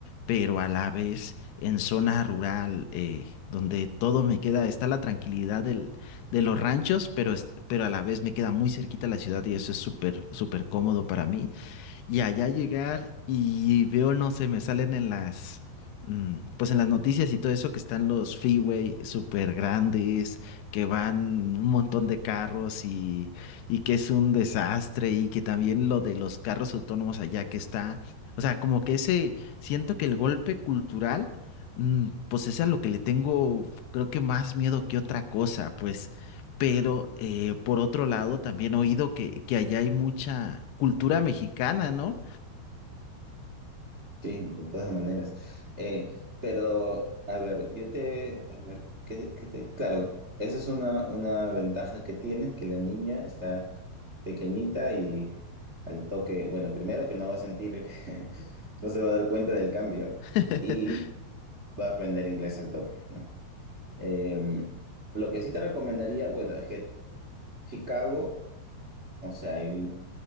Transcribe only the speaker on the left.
pero a la vez en zona rural, eh, donde todo me queda, está la tranquilidad del, de los ranchos, pero, es- pero a la vez me queda muy cerquita la ciudad y eso es súper, súper cómodo para mí. Y allá llegar y veo, no sé, me salen en las, mm, pues en las noticias y todo eso que están los freeway súper grandes, que van un montón de carros y, y que es un desastre y que también lo de los carros autónomos allá que está, o sea, como que ese, siento que el golpe cultural, mm, pues es a lo que le tengo, creo que más miedo que otra cosa, pues. Pero eh, por otro lado, también he oído que, que allá hay mucha cultura mexicana, ¿no?
<laughs>